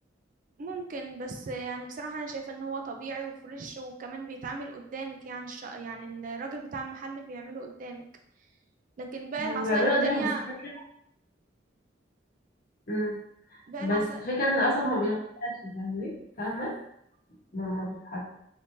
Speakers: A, on the right (about 45°); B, on the left (about 50°).
A: ممكن بس يعني بصراحة أنا شايفة إن هو طبيعي وفريش وكمان بيتعمل قدامك يعني الش... يعني الراجل بتاع المحل بيعمله قدامك لكن باقي
B: وبيعملوا
A: العصاير التانية
B: قدامك بس الفكرة مم.
A: باقي
B: بس
A: العصاير
B: الفكرة ان القصب ما بيتغيرش فاهمة فاهمة لما بتحط